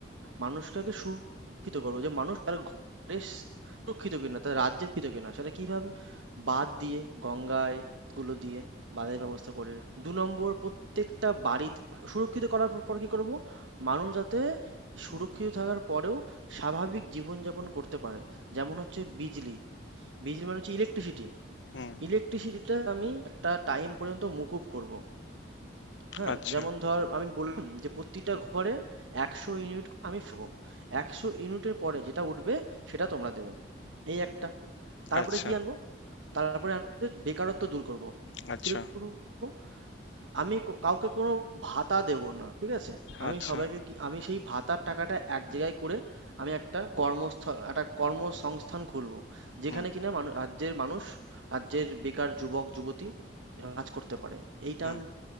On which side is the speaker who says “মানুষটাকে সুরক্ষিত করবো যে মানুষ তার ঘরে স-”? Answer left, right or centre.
Right